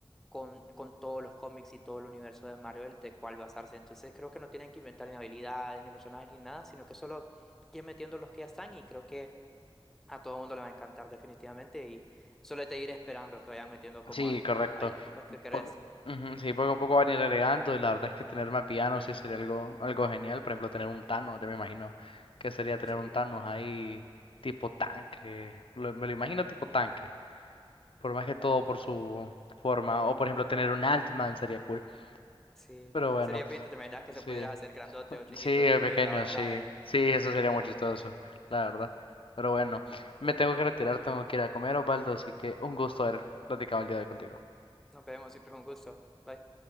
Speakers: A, in the centre; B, on the left.
A: con, con todos los cómics y todo el universo de Marvel de cuál basarse. Entonces creo que no tienen que inventar ni habilidades, ni personajes, ni nada, sino que solo ir metiendo los que ya están. Y creo que a todo el mundo le va a encantar definitivamente. Y solo es de ir esperando a que vayan metiendo como
B: Sí,
A: al,
B: correcto.
A: al los que querés.
B: Poco- ujú, sí, poco a poco van a ir agregando y la verdad es que tener más villanos sí sería algo, algo genial. Por ejemplo, tener un Thanos, yo me imagino que sería tener
A: Sí.
B: un Thanos ahí tipo tanque. Lo- me lo imagino tipo tanque, por más que todo por su forma. O por ejemplo, tener un Altman sería cool.
A: Sí.
B: Pero bueno,
A: Sería pinta, ¿te imaginas que
B: sí.
A: se pudieras hacer grandote o chiquito
B: Sí, de
A: en el
B: pequeño,
A: medio de la batalla?
B: sí. Sí, eso sería muy chistoso, la verdad. Pero bueno, me tengo que retirar, tengo que ir a comer, Osvaldo, así que un gusto haber platicado el día de hoy contigo.
A: Nos vemos, siempre es un gusto. Bye.